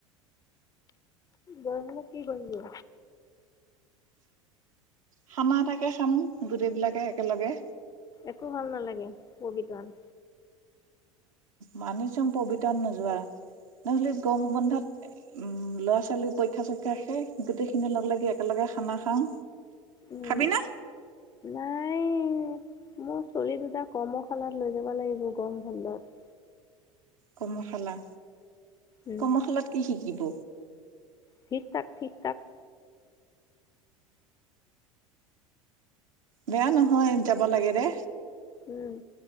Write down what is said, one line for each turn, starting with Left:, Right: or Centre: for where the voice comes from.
Left: গৈ কেনে কি কৰিম গে?
Right: খানা এটাকে খাম গোটেই বিলাকে একেলগে।
Left: একো ভাল নালাগে পবিতৰাত।
Right: মানি চম পবিত্ৰণ নোযোৱা। নহ'লে গৰম বন্ধত উম ল'ৰা ছোৱালী পৰীক্ষা চৰীক্ষা শেষ গোটেই খিনি লগ লাগি একেলগে। খানা খাওঁ
Left: উম
Right: খাবি না।
Left: নাই মোৰ ছোৱালী দুটা কৰ্মশালাত লৈ যাব লাগিব গৰম বন্ধত।
Right: কৰ্মশালা
Left: উম
Right: কৰ্মশালাত কি শিকিব।
Left: ঠিক ঠাক ঠিক ঠাক-।
Right: বেয়া নহয় যাব লাগে দে।
Left: উম